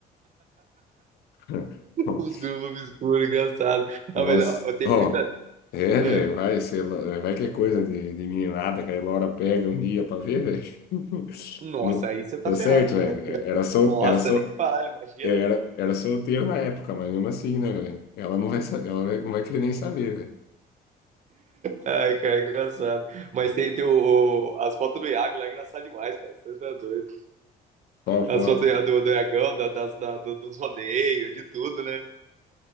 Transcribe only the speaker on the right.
Os grupos obscuros, engraçado.
Ah, mas ó, eu tenho
muita.
é.
Nossa,
aí você tá
ferrado,
meu.
né?
Nossa,
nem vale, imagina.
Ai, cara, é engraçado. Mas tem, tem o, o- as fotos do Iago lá, é engraçado demais, cara. Você tá doido.
As
fotos do, do, do Iagão, da, das, da, do, dos rodeios, de tudo, né?